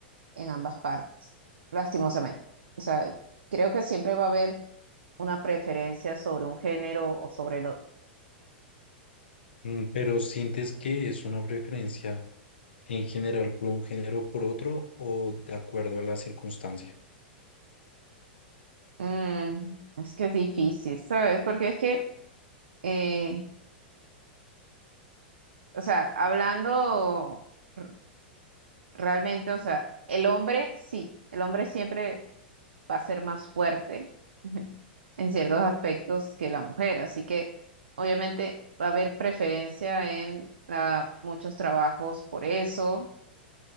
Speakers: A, on the right; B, on the left.
A: en ambas partes, lastimosamente. O sea, creo que siempre va a haber una preferencia sobre un género o sobre el otro.
B: Mm, Pero sientes que es una preferencia. en general por un género o por otro o de acuerdo a la circunstancia?
A: Mm, es que es difícil, ¿sabes? Porque es que, eh, o sea, hablando r- realmente, o sea, el hombre sí, el hombre siempre va a ser más fuerte <laughs> en ciertos aspectos que la mujer. Así que obviamente va a haber preferencia en la- muchos trabajos por eso,